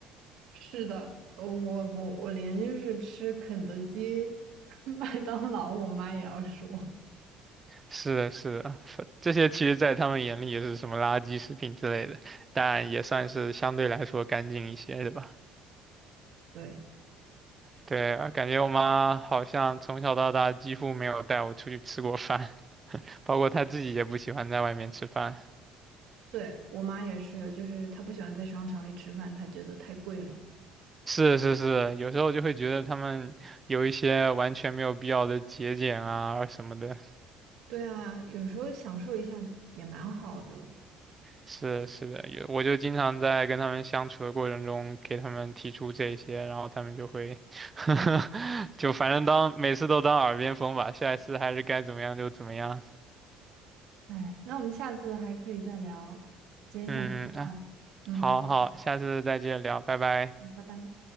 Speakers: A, on the right; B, on the right.
A: 是的，我我我我连就是吃肯德基、<laughs> 麦当劳，我妈也要说。
B: 是的，是的，这些其实在他们眼里也是什么垃圾食品之类的，但也算是相对来说干净一些的吧。
A: 对，
B: 对，感觉我妈好像从小到大几乎没有带我出去吃过饭。包括他自己也不喜欢在外面吃饭。
A: 对，我妈也是，就是她不喜欢在商场里吃饭，她觉得太贵了。
B: 是是是，有时候就会觉得他们有一些完全没有必要的节俭啊什么的。
A: 对啊，有时候享受一下也蛮好的。
B: 是是的，有我就经常在跟他们相处的过程中给他们提出这些，然后他们就会 <laughs> 就反正当每次都当耳边风吧，下一次还是该怎么样就怎么样。
A: 哎，那我们下次还可以再聊，今天先聊到这儿。
B: 嗯嗯啊，
A: 嗯，
B: 好好，下次再接着聊，拜拜。
A: 拜拜。